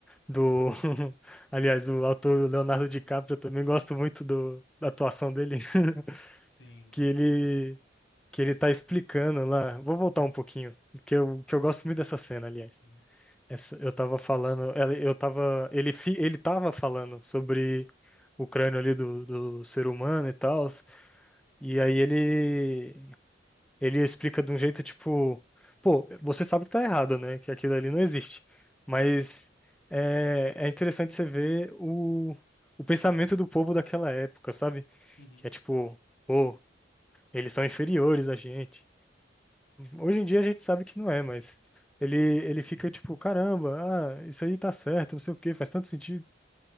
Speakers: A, in the centre; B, on the left.
A: do, <laughs> aliás, do ator Leonardo DiCaprio, eu também gosto muito do, da atuação dele, <laughs>
B: Sim.
A: que ele que ele tá explicando lá. Vou voltar um pouquinho, que eu, que eu gosto muito dessa cena, aliás.
B: Uhum,
A: Essa, eu tava falando, ela- eu tava, ele fi- ele tava falando sobre o crânio ali do, do ser humano e tal, e aí ele ele explica de um jeito tipo, pô, você sabe que tá errado, né? Que aquilo ali não existe. Mas é, é interessante você ver o, o pensamento do povo daquela época, sabe?
B: uhum,
A: Que é tipo, pô, eles são inferiores a gente. Hoje em dia a gente sabe que não é, mas ele, ele fica tipo, caramba, ah, isso aí tá certo, não sei o quê, faz tanto sentido.